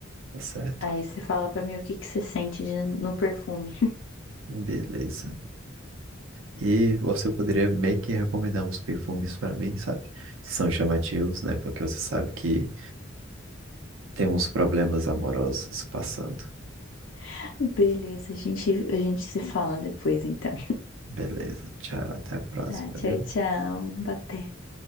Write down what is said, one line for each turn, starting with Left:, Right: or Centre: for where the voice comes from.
Right: Tá certo?
Left: Aí você fala pra mim o que que você sente de- no perfume.
Right: Beleza. E você poderia bem que recomendar uns perfumes para mim, sabe? Que são chamativos, né? Porque você sabe que tem uns problemas amorosos passando.
Left: <laughs> Beleza, a gente, a gente se fala depois então.
Right: Beleza. Tchau, até a próxima,
Left: Tá, tchau,
Right: viu?
Left: tchau. Boa